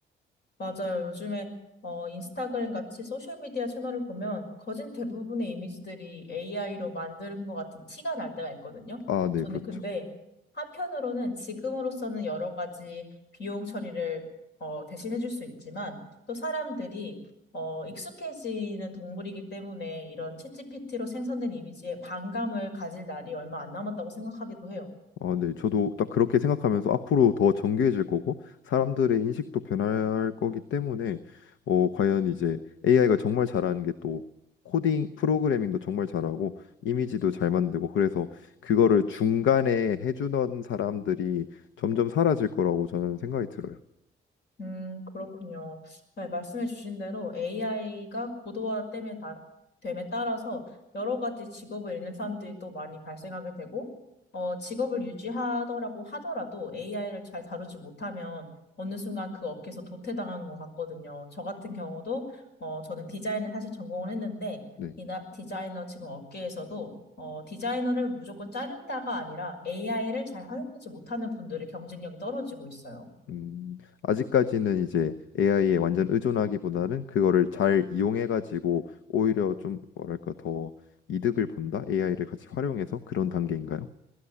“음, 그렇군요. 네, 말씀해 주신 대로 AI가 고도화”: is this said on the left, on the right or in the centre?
Left